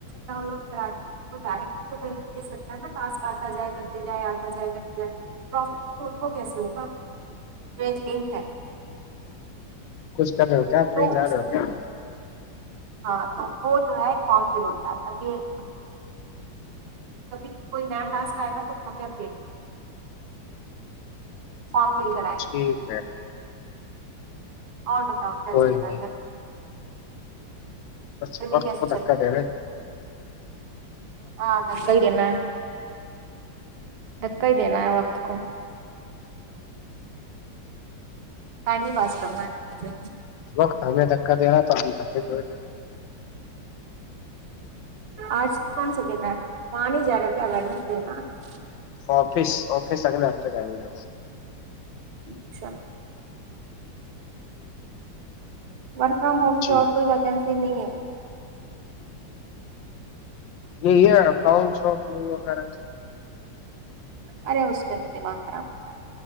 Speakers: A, on the right; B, on the left.
A: ڈاؤن لوڈ کر تو ڈٹک نہ پاس آتا جائے کرتے جائے آ جائے گا پروفٹ ان کو کیسے ہوگا یہ ایک لنک ہے
B: کچھ چل رہے ہو کیا آپ
A: تو
B: کہیں جا
A: اس
B: رہے ہو کیا
A: ہاں تو وہ جو ہے فارم فل ہوتا ہے تبھی ایک کبھی بھی کوئی نیا ٹاسک آئے گا تو وہاں پہ اپڈیٹ فارم فل کریں
B: ٹھیک ہے
A: اور بتاؤ کیا
B: کوئی
A: چل رہا
B: نہیں
A: گھر پر
B: بس وقت
A: کیسے
B: کو
A: چل
B: دھکا
A: رہی
B: دہرہے
A: ہاں دکا ہی دینا ہے دکا ہی دینا ہے وقت کو ٹائم بھی پاس کرنا ہے
B: وقت ہمیں دھکا دے رہا تو ہم دھکے تمہیں رہے ہیں
A: اج کون سا دن ہے وہاں نہیں جا رہے تھے آپ پڑھنے <inaudible>
B: آفس آفس اگلے ہفتے جائے گے
A: اچھا ورک فرام ہوم کی
B: جی
A: اور کوئی ویکینسی نہیں ہے
B: یہی ہے اکاؤنٹ شاپنگ وغیرہ
A: ارے اس میں تو دماغ خراب ہوتا ہے